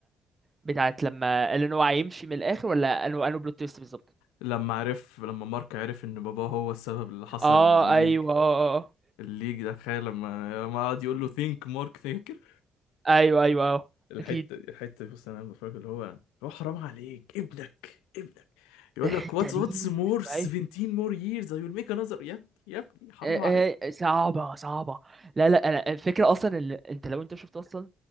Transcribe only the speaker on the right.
بتاعت لما اللي هو هيمشي من الاخر ولا انو انو بلوت تويست بالظبط
اه
ايوه اه آه، آه.
ايوه ايوه اه
اكيد
<laughs>
الحته
دي
مش
طبيعيه
آه، آه، صعبه صعبه لا لا انا الفكره اصلا اللي انت لو انت شفت اصلا